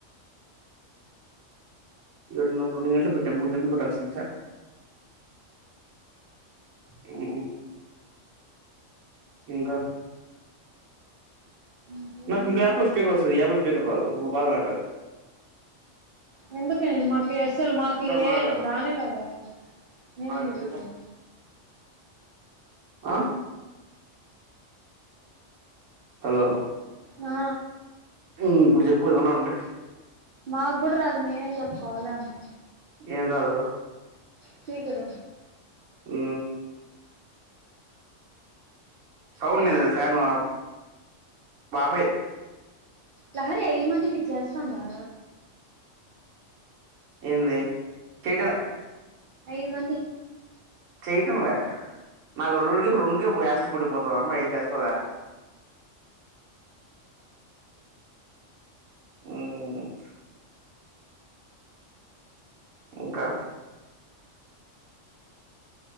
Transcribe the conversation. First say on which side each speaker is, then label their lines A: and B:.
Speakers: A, on the right; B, on the right.
A: ఏడున్నరకు రెడు గంటలు పెట్టా మూడు గంటలు పెట్టాల్సింది చా హు ఇంకా
B: ఇంకేముంది?
A: నాకు ఇంకో అప్ లో స్పీకర్ వస్తది ఈ అప్ లో స్పీకర్ రాదు బాధదు
B: ఎందుకె మాకు అస్సలు మాకు ఏ
A: మాట్లాడు
B: రానే రాదు మేమేం
A: ఆ ఇప్పుడు
B: చెపుతాము
A: చెప్పు ఆ హలో
B: ఆ
A: హు ఇప్పుడు చెప్పు ఏమన్నా ఉంటే
B: మా కూడా రాదు మేము ఏం చెప్పుకోవాలి అన్నా
A: ఏం రాదు
B: స్పీకరు
A: ఉ సౌంన్నేదె సార్నవ, బాపే
B: లహరి ఐదు మందిటి చ్చేస్ స్సందా
A: ఎంది కేటలే
B: ఐదు మందికి
A: చేయటంలె నాకు రోజు రొంజు ఏష్టపడిపోత అమ్మాయ్ ఐద్ చేస్దద ఉహ్ ఇంకా